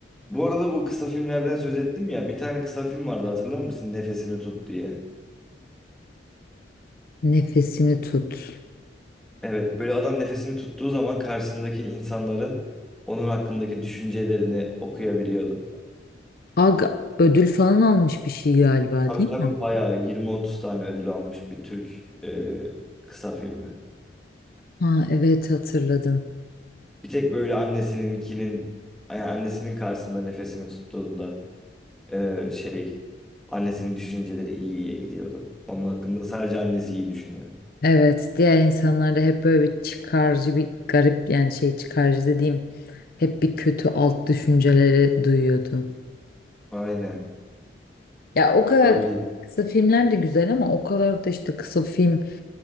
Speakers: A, in the centre; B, on the left.
A: Bu arada bu kısa filmlerden söz ettim ya bir tane kısa film vardı hatırlar mısın? Nefesini tut diye.
B: Nefesini tut.
A: Evet, böyle adam nefesini tuttuğu zaman karşısındaki insanların onun hakkındaki düşüncelerini okuyabiliyordu.
B: Ag ödül falan almış bir şey galiba
A: Tabii
B: değil
A: tabii
B: mi?
A: bayağı 20-30 tane ödül almış bir Türk e, kısa filmi.
B: Ha evet hatırladım.
A: Bir tek böyle annesininkinin, yani annesinin karşısında nefesini tuttuğunda e, şey annesinin düşünceleri iyi iyiye gidiyordu. Onun hakkında sadece annesi iyi düşünüyordu.
B: Evet diğer insanlar da hep böyle bir çıkarcı bir garip yani şey çıkarcı dediğim hep bir kötü alt düşünceleri duyuyordu.
A: Aynen
B: Ya o kadar
A: öyle.
B: kısa filmler de güzel ama o kadar da işte kısa film